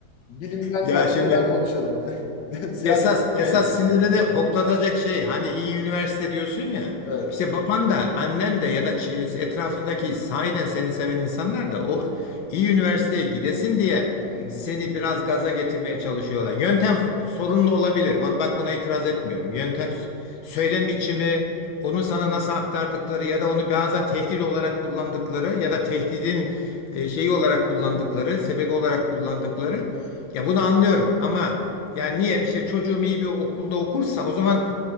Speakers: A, on the left; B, on the left.
A: bilimden
B: Ya
A: felsefeden
B: şimdi
A: konuşalım. <laughs> Siyaset
B: Esas
A: etmeyelim.
B: esas sinirini hoplatacak şey hani iyi üniversite diyorsun ya.
A: Evet.
B: İşte baban da annen de ya da çe- etrafındaki sahiden seni seven insanlar da o iyi üniversiteye gidesin diye
A: Hı hı.
B: seni biraz gaza getirmeye çalışıyorlar. Yöntem f- sorunlu olabilir. Bana bak buna itiraz etmiyorum. Yöntem s- söylem biçimi, onu sana nasıl aktardıkları ya da onu bazen tehdit olarak kullandıkları ya da tehdidin e, şeyi olarak kullandıkları, sebebi olarak kullandıkları ya bunu anlıyorum ama yani niye işte çocuğum iyi bir okulda okursa o zaman